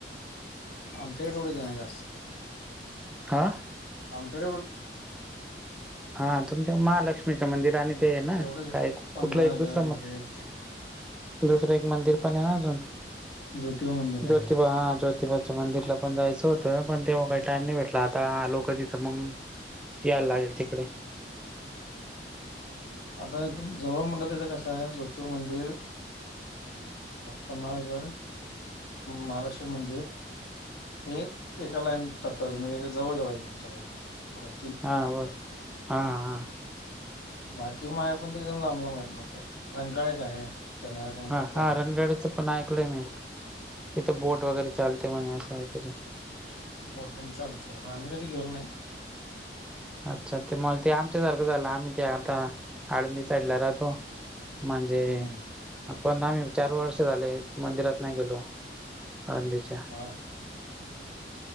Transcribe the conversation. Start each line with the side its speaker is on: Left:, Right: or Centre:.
Left: आमच्याकडे एवढे जाण जास्त
Centre: हा.
Left: आमच्या
Centre: हा तुमच्या महालक्ष्मीचं मंदिर आणि ते आहे ना
Left: तेवढंच
Centre: काय
Left: पन्हाळगड
Centre: कुठलं एक दुसरं
Left: हे ते
Centre: दुसरं एक मंदिर पण आहे ना अजून
Left: ज्योतिबा मंदिर
Centre: ज्योतिबा
Left: आहे
Centre: हा ज्योतिबा मंदिरला पण जायचं होतं पण तेव्हा काही टाम नाही भेटला आता आ लोक तिथं मग यायला लागेल तिकडे
Left: आता जवळ म्हणलं तरिथे कसं आहे ज्योति मंदिर पन्नाळगढ महालक्ष्मी मंदिर हे एका लाईन टप्प म्हणजे जवळजवळ आहे पुण्यात.
Centre: हां बोल हां हां
Left: बाकी मा आहे पण ते एकदम लांब ला मा आहेत मग ते रंकाळा एक आहे. फिरण्यासारखं म्हणलं
Centre: हा
Left: तलाव
Centre: हा रणगाडीचं पण ऐकलंय मी तिथं बोट वगैरे चालते म्हणे असं कायतरी
Left: बोटिंग चालतं पण आम्ही कधी गेलो नाही.
Centre: अच्छा! ते मग ते आमच्यासारखं झालं आम्ही ते आता आळंदी साईडला राहतो. म्हणजे
Left: हम्म
Centre: पण आम्ही चार वर्ष झाले मंदिरात नाही गेलो आळंदीच्या.
Left: हां